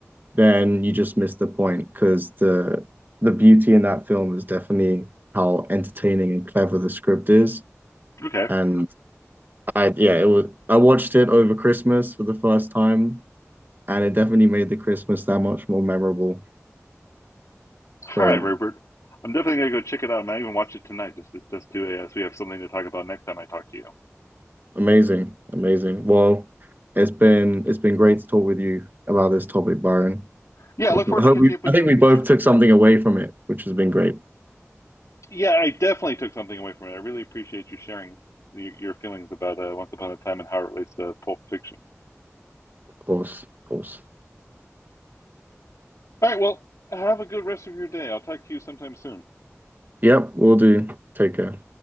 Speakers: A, on the right; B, on the left.
A: then you just miss the point because the the beauty in that film is definitely how entertaining and clever the script is.
B: Okay,
A: And I yeah, it was I watched it over Christmas for the first time, and it definitely made the Christmas that much more memorable.
B: all
A: So
B: right, Rupert. I'm definitely going to go check it out. I might even watch it tonight, just to, just to as we have something to talk about next time I talk to you.
A: amazing, amazing. Well, it's been it's been great to talk with you about this topic, Byron.
B: Yeah,
A: Hope,
B: I look forward
A: hope
B: to catching
A: we
B: up with
A: I think
B: you in
A: we
B: future.
A: both took something away from it, which has been great. Of
B: Yeah, I definitely took something away from it. I really appreciate you sharing your, your feelings about uh, Once Upon a Time and how it relates to Pulp Fiction.
A: course, of course.
B: All right. Well, have a good rest of your day. I'll talk to you sometime soon.
A: Yep, we'll do. Take care.